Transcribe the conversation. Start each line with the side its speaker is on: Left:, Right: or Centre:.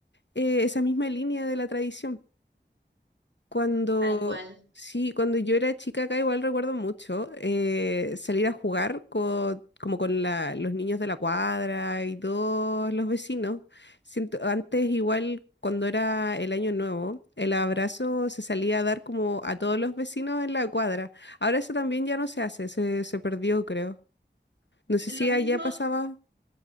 Left: eh, esa misma línea de la tradición. Cuando,
Right: Tal cual.
Left: sí, cuando yo era chica acá igual recuerdo mucho eh, salir a jugar con, como con la- los niños de la cuadra y todos los vecinos. Siento, antes igual cuando era el año nuevo, el abrazo se salía a dar como a todos los vecinos en la cuadra. Ahora eso también ya no se hace, se, se perdió creo. No sé
Right: lo
Left: si
Right: mismo,
Left: allá pasaba.